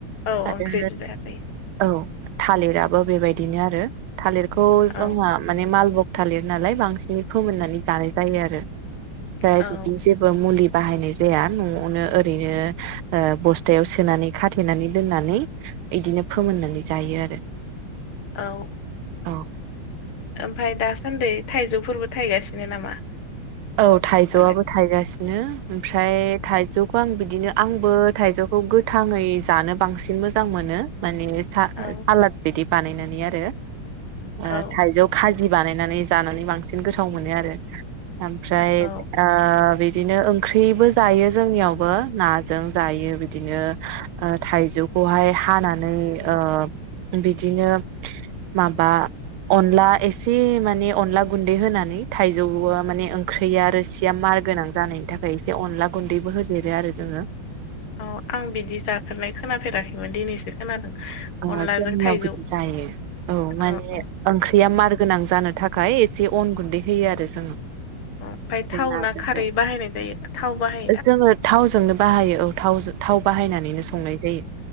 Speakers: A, on the left; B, on the right.
A: औ
B: आरो
A: ओंख्रि बिदि जाया जायो।
B: औ थालिराबो बेबायदिनो आरो। थालिरखौ
A: औ
B: जोंहा माने मालभग। थालिर नालाय बांसिन फोमोननानै जानाय जायो आरो। फ्राय
A: औ
B: बिदि जेबो मुलि। बाहायनाय जाया न'आवनो ओरैनो ओ बस्थायाव सोनानै खाथेनानै दोननानै इदिनो फोमोननानै जायो आरो।
A: औ।
B: औ।
A: ओमफ्राय दासान्दि थाइजौफोरबो थायगासिनो नामा।
B: औ थाइजौआबो
A: माने
B: थाइगासि दिनो ओमफ्राय थाइजौखौ आं बिदिनो आंबो थाइजौखौ गोथाङै जानो बांसिन मोजां मोनो माने। सा सालाद
A: औ
B: बेदि बानायनानै आरो। ओ
A: औ
B: थाइजौ खाजि। बानायनानै जानानै बांसिन गोथाव मोनो आरो। ओमफ्राय
A: औ
B: आ बिद बिदिनो ओंख्रिबो जायो जोंनियावबो नाजों जायो बिदिनो ओ थाइजौखौहाय हानानै ओ बिदिनो माबा अनला एसे माने अनला गुन्दै होनानै थायजौआ माने। ओंख्रिया रोसिया मार गोनां जानायनि थाखाय एसे अनला गुन्दैबो होदेरो आरो जोङो।
A: अ आं बिदि जाफेरनाय खोनाफेराखैमोन दिनैसो खोनादों।
B: अ
A: अनलाजों
B: जोंनियाव
A: थाइजौ
B: बिदि जायो औ माने
A: औ औ
B: ओंख्रिया मार गोनां जानो थाख खाय एसे अन गुन्दै होयो आरो जोङो।
A: ओमफ्राय थाव
B: बे नाजों
A: ना खारै
B: जायो
A: बाहायनाय थाव बाहायोना
B: जोङो थावजोंनो बाहायो औ थावजों थाव बाहायनानैनो संनाय जायो।